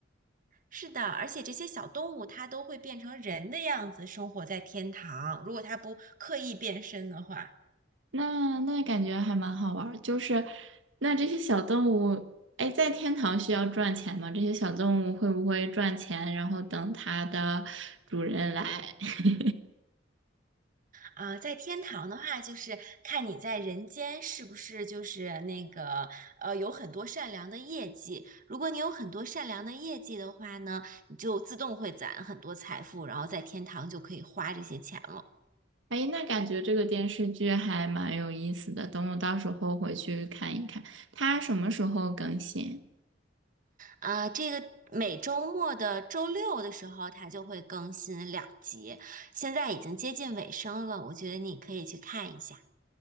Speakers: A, on the right; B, on the right.
A: 是的，而且这些小动物它都会变成人的样子生活在天堂，如果它不刻意变身的话。
B: 那那感觉还蛮好玩儿，就是那这些小动物，哎，在天堂需要赚钱吗？这些小动物会不会赚钱，然后等它的主人来？<laughs>
A: 啊，在天堂的话，就是看你在人间是不是就是那个呃，有很多善良的业绩。如果你有很多善良的业绩的话呢，你就自动会攒很多财富，然后在天堂就可以花这些钱了。
B: 哎，那感觉这个电视剧还蛮有意思的，等我到时候回去看一看，它什么时候更新？
A: 啊，这个每周末的周六的时候，它就会更新两集，现在已经接近尾声了，我觉得你可以去看一下。